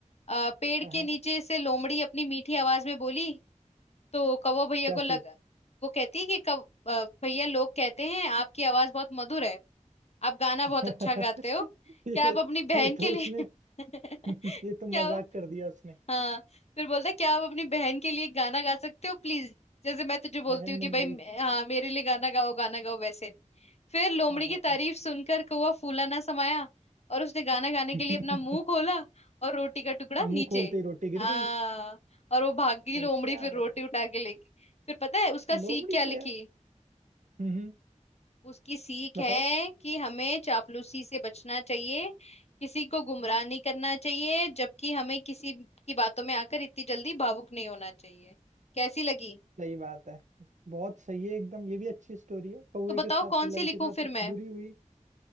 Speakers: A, on the left; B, on the right.
A: अ, पेड़
B: हाँ
A: के
B: हाँ
A: नीचे से लोमड़ी अपनी मीठी आवाज में बोली तो कौवा भैया
B: क्या
A: को
B: चीज
A: लगा वो कहती है कि कौ अ, भैया लोग कहते हैं आपकी आवाज बहुत मधुर है आप गाना
B: <laughs>
A: बहुत अच्छा गाते हो
B: ये
A: क्या आप अपनी बहन
B: ये तो
A: के लिए
B: उसने <laughs>
A: <laughs>
B: ये तो मजाक
A: क्या वो-
B: कर दिया उसने
A: हाँ फिर बोलता है, क्या आप अपनी बहन के लिए गाना गा सकते हो प्लीज जैसे मैं तुझे बोलती
B: बहन
A: हूँ कि
B: बन
A: भाई
B: गई
A: हाँ मेरे लिए गाना गाओ गाना गाओ वैसे फिर लोमड़ी
B: हाँ हाँ
A: की तारीफ सुनकर कौवा फूला ना समाया और उसने गाना गाने
B: <laughs>
A: के लिए अपना मुंह खोला और रोटी का टुकड़ा
B: मुंह
A: नीचे
B: खोलते ही रोटी
A: हाँ
B: गिर गई
A: और वो भाग गई
B: होशियार
A: लोमड़ी फिर रोटी
B: है
A: उठा के लेके फिर पता है उसका
B: लोमड़ी
A: सीख क्या लिखी
B: तो यार हम्म हम्म,
A: उसकी सीख
B: बताओ
A: है कि हमें चापलूसी से बचना चाहिए किसी को गुमराह नहीं करना चाहिए जबकि हमें किसी की बातों में आकर इतनी जल्दी भावुक नहीं होना चाहिए कैसी लगी
B: सही बात है बहुत सही है एकदम ये भी अच्छी स्टोरी है कौवे
A: तो बताओ
B: के साथ
A: कौन
B: तो लाई
A: सी लिखूं
B: के साथ
A: फिर
B: तो
A: मैं
B: बुरी हुई